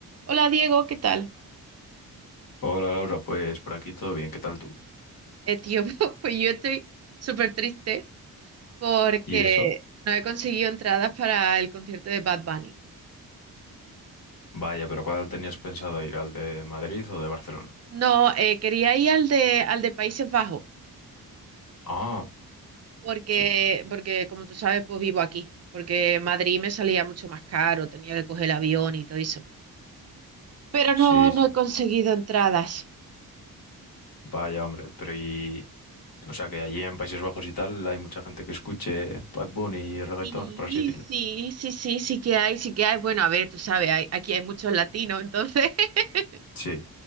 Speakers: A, on the right (about 45°); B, on the left (about 70°).
A: Hola Diego, ¿qué tal?
B: Hola Laura, pues por aquí todo bien, ¿qué tal tú?
A: Eh, tío, <laughs> pues yo estoy súper triste porque
B: ¿Y eso?
A: no he conseguido entradas para el concierto de Bad Bunny.
B: Vaya, pero ¿cuál tenías pensado ir? ¿Al de Madrid o de Barcelona?
A: No, eh, quería ir al de, al de Países Bajos
B: Ah,
A: porque,
B: Sí,
A: porque, como tú sabes, pues vivo aquí, porque Madrid me salía mucho más caro, tenía que coger el avión y todo eso. Pero
B: sí,
A: no,
B: sí.
A: no he conseguido entradas.
B: Vaya, hombre, pero y... O sea, que allí en Países Bajos y tal hay mucha gente que escuche Bad Bunny y reggaetón,
A: Sí,
B: por así decirlo.
A: sí, sí, sí, sí que hay, sí que hay. Bueno, a ver, tú sabes, hay- aquí hay muchos latinos, entonces... <laughs>
B: Sí,